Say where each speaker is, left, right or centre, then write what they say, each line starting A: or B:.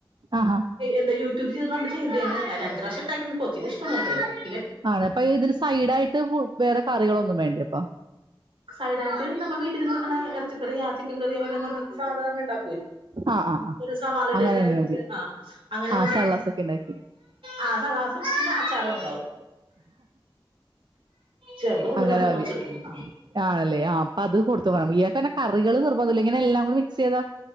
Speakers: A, on the right (about 55°); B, on the right (about 85°).
A: ആഹാ!
B: എന്ത യൂട്യൂബ് ചെ ഇത് എങ്ങാനായാലുംആദ്യത്തെ പ്രാശ്യം ഇണ്ടായിട്ട്ണ്ട് കൊച്ചിന് ഇഷ്‌ടും <inaudible>
A: ആണ് അപ്പൊ ഇതിന് സൈടായിട്ട് കു വേറെ കറികളൊന്നും വേണ് എളുപ്പാ
B: സൈഡായിട്ട് നമ്മ വീട്ടി തന്നെ വെക്ക്ണ എറച്ചിക്കറിയാ ചിക്കൻ കറിയാ വല്ലോ മതി സാധാരണ ണ്ടാ
A: ആ, ആ, ആ.
B: ഒരു സവാളിട്ട്
A: അങ്ങനെ
B: ഇങ്ങനെ
A: തന്നെ
B: <unintelligible>
A: മതി.
B: അങ്ങനെ
A: ആ
B: മതി
A: സള്ളാസൊക്കെ ഇണ്ടാക്കി.
B: ആ സള്ളാസും പി അച്ചാറും ഒണ്ടാവും ചെറ്ത് വന്ന്
A: അങ്ങനെ
B: വെറുതെ ഒന്നൊച്ചെട്ക്കുന്നു
A: മതി.
B: ആ
A: ആണല്ലേ ആ അപ്പ അത് കൊടുത്തോ ഇയാകാങ്ങനെ കറികള് നിർബന്ധംല്ല ഇങ്ങനെ എല്ലാം <unintelligible> മിക്സ് ചെയ്താ